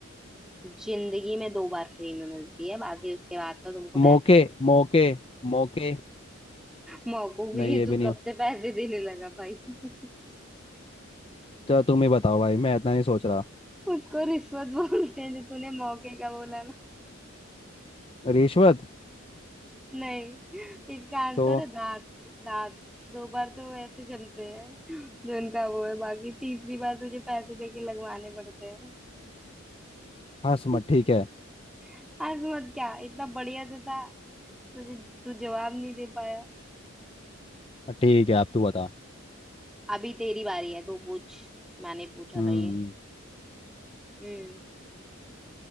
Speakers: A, in the centre; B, on the left (about 25°).
A: जिंदगी में दो बार फ्री में मिलती है बाकी उसके बाद तो तुमको पैसे
B: मौके
A: देने
B: मौके मौके
A: मौकों के
B: नहीं
A: लिए
B: ये
A: तू
B: भी नहीं
A: कब
B: हो
A: से पैसे देने लगा भाई <laughs>
B: चलो तुम ही बताओ भाई मैं इतना नहीं सोच रहा
A: उसको रिश्वत बोलते हैं जो तूने मौके का बोला
B: रिश्वत
A: नहीं इसका आंसर
B: तो
A: है दांत दांत दो बार तो ऐसे जमते हैं जो उनका वो है बाकी तीसरी बार तुझे पैसे देके लगवाने पड़ते हैं
B: हाँ समझ
A: <laughs>
B: ठीक है
A: आज मत क्या इतना बढ़िया तो था तुझे तू जवाब नहीं दे पाया
B: ठीक है अब तू बता
A: अभी तेरी बारी है तू पूछ मैंने पूछा
B: हम्म
A: था ये हम्म